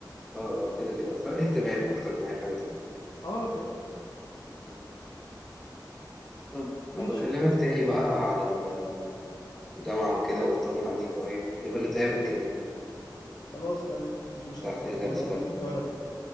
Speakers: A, in the centre; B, on the left (about 65°).
A: اه اه كده كده فرق اهتمام اكتر من اي حاجة تانية
B: اه كمان
A: مم. طب أبقى
B: ماشي
A: بكلمك تاني بقى على ال- الجامعة وكده واطمن عليك قريب يبقى نتقابل كمان
B: خلاص تمام مفيش مشاكل
A: بس هحتاج
B: لما
A: اقفل
B: بروح
A: انا
B: القاهرة بقى